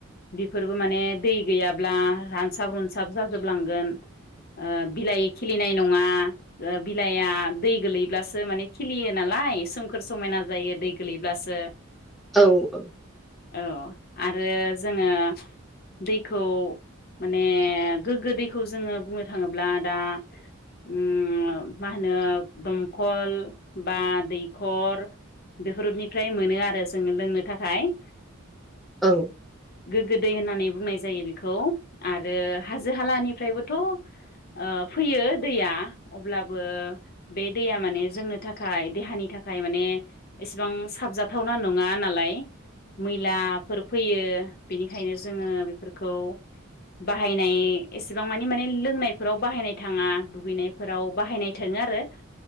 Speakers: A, on the left; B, in the centre.
A: बेफोबो माने दै गैयाबा रानसाब रुसाब जाजोब लांगोन, ओ बिलाइ खिलिनाय नङा ओ बिलाइया दै गोलैब्लासो माने खिलियो नालाय। आइ सोमखोर समायना जायो दै गोलैब्लासो।
B: औ औ
A: औ आरो जोङो दैखौ, माने गोग्गो दैखौ जोङो बुंङो थाङोब्ला दा, ओम मा होनो दमखल बा दैखर, बेफोरनिफ्राय मोनो आरो जोङो लोंनो थाखाय।
B: औ
A: गोग्गो दै होननानै बुंनाय जायो बेखौ। आरो हाजो हालानि फ्रायबोथ' ओ फैयो दैया अब्लाबो बे दैया माने जोंनो थाखाय देहानि थाखाय माने एसेबां साबजाथावना नङा नालाय, मैलाफोर फैयो बेनिखायनो जोङो बेफोरखौ, बाहायनाय एसेबां मानि माने लोंनायफोराव बाहायनाय थाङा दुगैनायफोराव बाहायनाय थों बेनो आरो